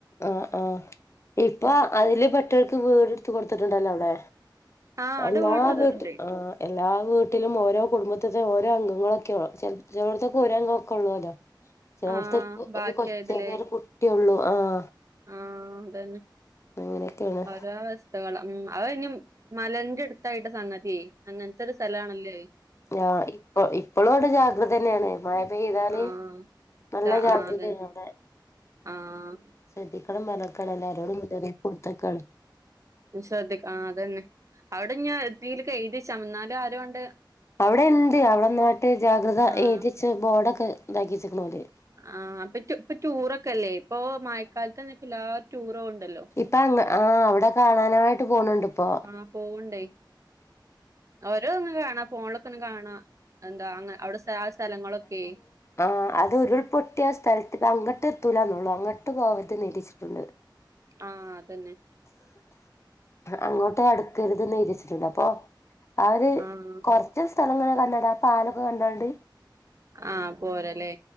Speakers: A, on the left; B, on the right.
A: ആഹ് ആഹ് ഇപ്പൊ അതില് പെട്ടവർക്ക് വീട് ഇട്ത്ത് കൊടുത്തിട്ടുണ്ടല്ലോ അഒടെ.
B: ആഹ് അവിടെ
A: എല്ലാ
B: വീണിട്ടൊരിതുണ്ട്
A: വീട്ട് ആഹ് എല്ലാ വീട്ടിലും ഓരോ കുടുംബത്ത്ത്തെ ഓരോ അംഗങ്ങളൊക്കെ <unintelligible> ചെൽ ചെലോട്ത്ത്ക്ക് ഊര അംഗക്കെ ഉള്ളൂല്ലോ. ചെലോര്ത്തെ
B: ആഹ്
A: കൊ
B: ബാക്കിയായതിലേ
A: ഒരു കൊച്ചറിയ ഒരു കുട്ടിയള്ളൂ ആഹ്
B: ആഹ് അതന്നെ
A: അങ്ങനെയൊക്കെയാണ്
B: ഒരാസ്സ് ത്തവള ഉം അഹ് ഇഞ്ഞി മലന്റെ അട്ത്തായിട്ട സംഗതി അങ്ങൻത്തരൂ സ്ഥലാണല്ലോ അഹ്.
A: യാഹ് ഇപ്പ ഇപ്പളും അഒടെ ജാഗ്രതന്നെണ് മഴ പെയ്താല്
B: ആഹ്
A: നല്ല ജാഗ്രതയാണ്
B: ആഹ് അതന്നെ
A: അഒടെ
B: ആഹ്
A: ശ്രദ്ധിക്കണം പർഞ്ഞക്കാണ് എല്ലാരോടും <unintelligible>
B: ശ്രദ്ധിക്ക ആഹ് അതന്നെ അഒടെ ഞ എത്തീലക്കെ എഴുതിച്ചന്നാലും ആരോണ്ട്
A: അഒടെ എന്ത് അഒടെ ന്നാട്ട് ജാഗ്രത
B: ആഹ്
A: എഴുതിച്ച് ബോർഡൊക്കെ ഇണ്ടാക്കി വച്ചക്ക്ണ്ലേ.
B: ആഹ് അപ്പറ്റു ഇപ്പ റ്റൂറക്കെല്ലേ ഇപ്പൊ മഴക്കാലത്ത് ന്നൊക്കല്ലാ റ്റൂറോവ്ണ്ടല്ലോ.
A: ഇപ്പങ്ങ് ആഹ് അഒടെ കാണാനായിട്ട് പോണ് ണ്ട്പ്പോ.
B: ആഹ് പോവണ്ടേ ഓരോ ഒന്നും കാണ പോൺലക്കൊന്നും കാണാ. എന്താ അ അവിടെ സ് ആ സ്ഥലങ്ങളൊക്കെ
A: ആ അത് ഉരുൾപൊട്ടിയ ആ സ്ഥല അങ്ങോട്ട് എത്തൂലന്നള്ളൂ അങ്ങട്ട് പോവരുത് ന്നു എഴ്തച്ചിട്ടുണ്ട്
B: ആഹ അതന്നെ
A: അങ്ങോട്ടും അടുക്കരുതേന്നു എഴുതി വെച്ചിട്ടുണ്ട് അപ്പൊ അവര്
B: ആഹ്
A: കൊറ ഇജ് സ്ഥലങ്ങള കണ്ട ആ പാലൊക്കെ കണ്ടോണ്ട്
B: ആഹ പോരലേ